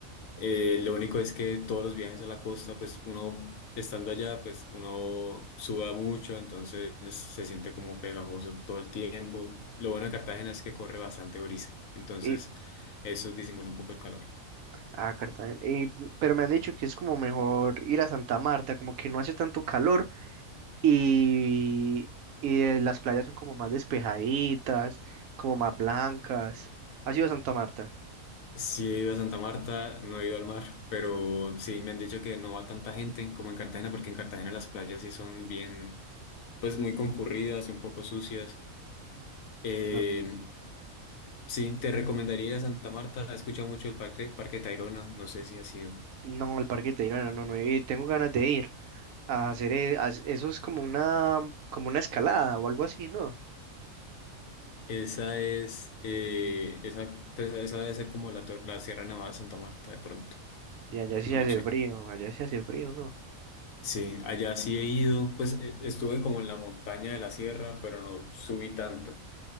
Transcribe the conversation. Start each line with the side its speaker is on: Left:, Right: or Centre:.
Left: Eh, lo único es que todos los viajes a la costa, pues uno estando allá, pues uno suda mucho, entonces se siente como pegajoso todo el tiempo. Lo bueno de Cartagena es que corre bastante brisa, entonces
Right: Y,
Left: eso disimula un poco el calor.
Right: ah, Cartagena. Y- pero me han dicho que es como mejor ir a Santa Marta, como que no hace tanto calor y, y eh, las playas son como más despejaditas, como más blancas. ¿Has ido a Santa Marta?
Left: Sí he ido a Santa Marta, no he ido al mar, pero sí me han dicho que no va tanta gente como en Cartagena, porque en Cartagena las playas sí son bien, pues muy concurridas, un poco sucias. Eh,
Right: No.
Left: Sí, te recomendaría Santa Marta. He escuchado mucho el Parque, Parque Tayrona. No sé si ha sido.
Right: No, el Parque Tayrona, no, no, he ido. tengo ganas de ir. a hacer e- a- eso es como una como una escalada o algo así, ¿no?
Left: Esa es, eh, esa, pues, esa debe ser como la, tor- la Sierra Nevada de Santa Marta de pronto.
Right: Y allá
Left: O
Right: sí
Left: No
Right: hace
Left: sé.
Right: frío, allá sí hace frío, ¿no?
Left: Sí, allá sí he ido. Pues eh, estuve como en la montaña de la sierra, pero no subí tanto.